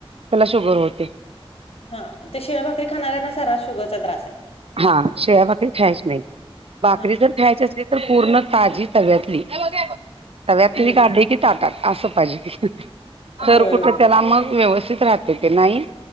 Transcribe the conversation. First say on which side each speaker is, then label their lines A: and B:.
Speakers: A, on the right; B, on the left.
A: त्याला शुगर होते.
B: हा ते शिळ्या भाकरी खाणाऱ्यांना सरा शुगरचा त्रास आहे.
A: हा शिळ्या भाकरी खायच्या नाहीत भाकरी
B: हा
A: जर ख्याची असली तर पूर्ण ताजी तव्यातली तव्यातली
B: हम्म
A: काढली की ताटात असं पाहिजे तर
B: होय
A: कुठे
B: होय
A: त्याला मग व्यवस्थित राहते ते नाही.